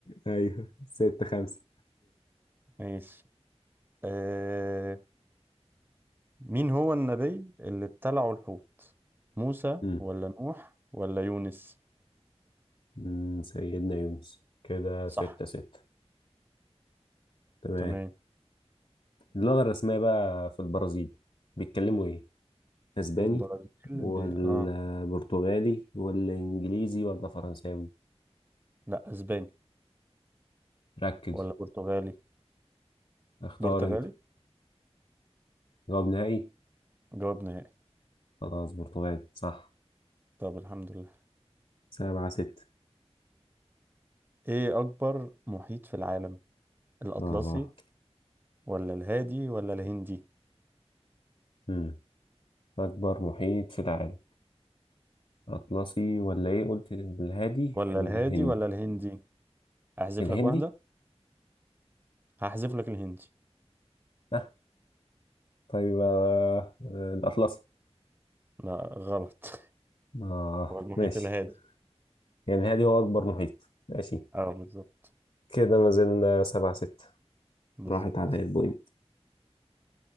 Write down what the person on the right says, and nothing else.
ماشي آه مين هو النبي اللي ابتلعه الحوت موسى
ولا نوح ولا يونس
صح
تمام
البرازيل
ب... اه
لا اسباني
ولا برتغالي
برتغالي
جواب نهائي
طب الحمد لله
ايه اكبر محيط في العالم الاطلسي
ولا الهادي ولا الهندي
ولا
الهادي ولا الهندي احذف
لك واحدة هحذف لك الهندي
لا غلط <laughs>
هو المحيط
الهادي
اه بالظبط
بالظبط